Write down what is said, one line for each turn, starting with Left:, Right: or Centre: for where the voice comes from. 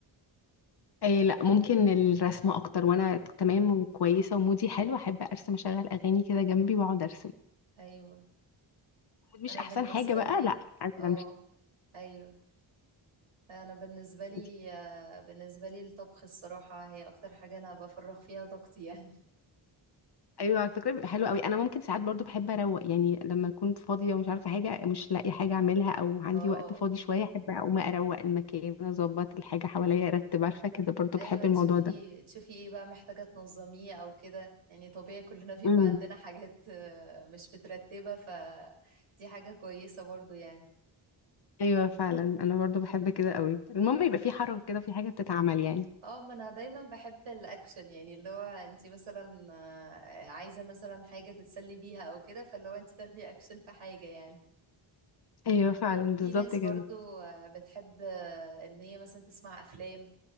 Left: اي لا ممكن الرسمه اكتر وانا تمام وكويسه ومودي حلو احب ارسم اشغل اغاني كده جنبي واقعد ارسم
Right: أيوة
Left: مش
Right: أنا
Left: احسن
Right: بالنسبة
Left: حاجه بقى
Right: لي
Left: لا عايزة
Right: اه
Left: أمشي
Right: أيوة أنا بالنسبة لي
Left: انتي-
Right: آه، بالنسبة لي الطبخ الصراحة هي أكتر حاجة أنا بفرغ فيها طاقتي يعني
Left: ايوه على فكره بيبقى حلو قوي انا ممكن ساعات برضو بحب اروق يعني لما اكون فاضيه ومش عارفه حاجه مش لاقي حاجه اعملها او عندي
Right: اه
Left: وقت فاضي شويه احب اقوم اروق المكان اظبط الحاجه حواليا ارتب عارفه كده برضو
Right: ايوه
Left: بحب الموضوع
Right: تشوفي تشوفي ايه بقى محتاجة تنظميه او كده يعني طبيعي كلنا <laughs> بيبقى
Left: ده
Right: عندنا حاجات آه، مش مترتبة فدي حاجة كويسة برضو يعني
Left: ايوه فعلا انا برضو بحب كده قوي المهم يبقى في حركه كده في حاجه بتتعمل يعني
Right: اه ما انا دايما بحب الاكشن يعني اللي هو انت مثلا آه، عايزة مثلا حاجة تتسلي بيها او كده فاللي هو انت تاخدي اكشن في حاجة يعني
Left: ايوه فعلا بالظبط
Right: في ناس برضو
Left: كده
Right: آه، بتحب آه، ان هي مثلا تسمع افلام